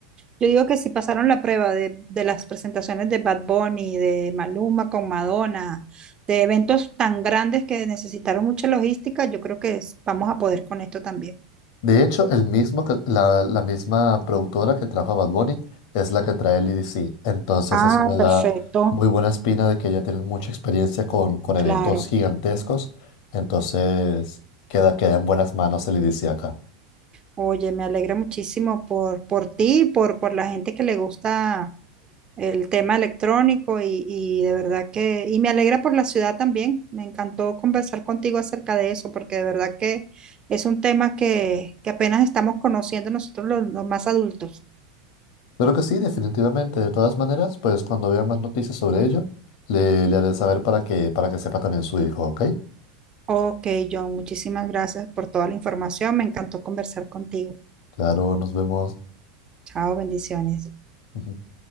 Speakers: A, on the right (about 25°); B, on the left (about 65°).
A: Yo digo que si pasaron la prueba de, de las presentaciones de Bad Bunny, de Maluma con Madonna, de eventos tan grandes que necesitaron mucha logística, yo creo que es- vamos a poder con esto también.
B: De hecho, el mismo que, la, la misma productora que trajo a Bad Bunny es la que trae el E D C Entonces
A: Ah,
B: eso me da
A: perfecto,
B: muy buena espina de que ya tienen mucha experiencia con, con
A: claro.
B: eventos gigantescos. Entonces queda, queda en buenas manos el E D C acá.
A: Oye, me alegra muchísimo por, por ti, y por, por la gente que le gusta el tema electrónico y, y de verdad que, y me alegra por la ciudad también. Me encantó conversar contigo acerca de eso porque de verdad que es un tema que, que apenas estamos conociendo nosotros los, los más adultos.
B: Creo que sí, definitivamente. De todas maneras, pues cuando vea más noticias sobre ello, le, le haré saber para que, para que sepa también su hijo, ¿ok?
A: Ok, John, muchísimas gracias por toda la información. Me encantó conversar contigo.
B: Claro, nos vemos.
A: Chao, bendiciones.
B: <laughs>